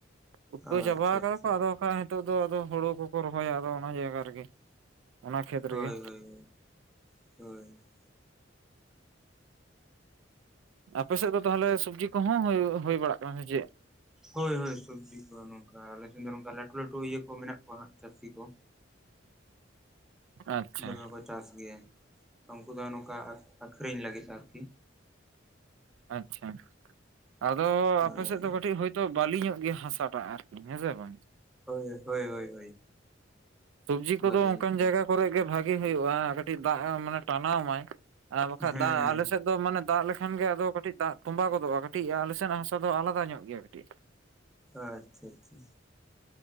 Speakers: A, on the right; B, in the centre.
A: ᱩᱴᱠᱟᱹᱣ
B: ᱟᱪᱪᱷᱟ
A: ᱪᱟᱵᱟ
B: ᱟᱪᱪᱷᱟ
A: ᱠᱟᱫᱟ ᱠᱚ ᱟᱫᱚ᱾ ᱦᱚᱭ ᱱᱤᱛᱚᱜ ᱫᱚ ᱟᱫᱚ ᱦᱩᱲᱩ ᱠᱚᱠᱚ ᱨᱚᱦᱚᱭᱟ ᱟᱫᱚ ᱚᱱᱟ ᱡᱟᱭᱜᱟ ᱨᱮᱜᱮ᱾ ᱚᱱᱟ ᱠᱷᱮᱛ
B: ᱦᱳᱭ
A: ᱨᱮᱜᱮ
B: ᱦᱳᱭ ᱦᱳᱭ ᱾
A: ᱟᱯᱮ ᱥᱮᱫ ᱫᱚ ᱛᱟᱦᱚᱞᱮ ᱥᱚᱵᱡᱤ ᱠᱚᱦᱚᱸ ᱦᱩᱭ ᱵᱟᱲᱟᱜ ᱠᱟᱱᱟ ᱥᱮ ᱪᱮᱫ?
B: ᱦᱳᱭ ᱦᱳᱭ ᱥᱚᱵᱽᱡᱤ ᱠᱚ ᱱᱚᱝᱠᱟ ᱟᱞᱮᱥᱮᱱ ᱫᱚ ᱱᱚᱝᱠᱟ ᱞᱟᱹᱴᱩ ᱞᱟᱹᱴᱩ ᱤᱭᱟᱹ ᱠᱚ ᱢᱮᱱᱟᱜ ᱠᱚᱣᱟ ᱦᱟᱸᱜ ᱪᱟᱹᱥᱤ ᱠᱚ᱾
A: ᱟᱪᱪᱷᱟ
B: ᱫᱚᱢᱮ ᱠᱚ ᱪᱟᱥ ᱜᱮᱭᱟ ᱩᱱᱠᱩ ᱫᱚ ᱱᱚᱝᱠᱟ ᱟᱠᱷᱨᱤᱧ ᱞᱟᱹᱜᱤᱫ ᱟᱨᱠᱤ᱾
A: ᱟᱪᱪᱷᱟ ᱟᱫᱚ
B: ᱦᱳᱭ
A: ᱟᱯᱮ ᱥᱮᱫ ᱫᱚ ᱠᱟᱹᱴᱤᱡ ᱦᱳᱭ ᱛᱚ ᱵᱟᱹᱞᱤᱧᱚᱜ ᱜᱮᱭᱟ ᱦᱟᱥᱟᱴᱟᱜ ᱟᱨᱠᱤ ᱦᱮᱸ ᱥᱮ ᱵᱟᱝ?
B: ᱦᱳᱭ ᱦᱳᱭ ᱦᱳᱭ ᱦᱳᱭ᱾
A: ᱥᱚᱵᱡᱤ
B: ᱵᱷᱟᱹᱞᱤ
A: ᱠᱚᱫᱚ ᱚᱱᱠᱟᱱ
B: ᱧᱚᱜ ᱜᱮ
A: ᱡᱟᱭᱜᱟ ᱠᱚᱨᱮᱜ ᱜᱮ ᱵᱷᱟᱜᱤ ᱦᱩᱭᱩᱜᱼᱟ ᱠᱟᱹᱴᱤᱡ ᱫᱟᱜ ᱢᱟᱱᱮ ᱴᱟᱱᱟᱣ ᱢᱟᱭ᱾ ᱟᱨ ᱵᱟᱠᱷᱟᱡ
B: ᱦᱮᱸ
A: ᱫᱟᱜ ᱟᱞᱮ ᱥᱮᱫ ᱫᱚ ᱢᱟᱱᱮ ᱫᱟᱜ ᱞᱮᱠᱷᱟᱱ ᱜᱮ ᱟᱫᱚ ᱠᱟᱹᱴᱤᱡ ᱫᱟᱜ ᱛᱚᱸᱵᱟ ᱜᱚᱫᱚᱜᱼᱟ ᱠᱟᱹᱴᱤᱡ ᱟᱞᱮ ᱥᱮᱱᱟᱜ ᱦᱟᱥᱟ ᱫᱚ ᱟᱞᱟᱫᱟ ᱧᱚᱜ ᱜᱮᱭᱟ ᱠᱟᱹᱴᱤᱡ᱾
B: ᱟᱪᱪᱷᱟ ᱟᱪᱪᱷᱟ᱾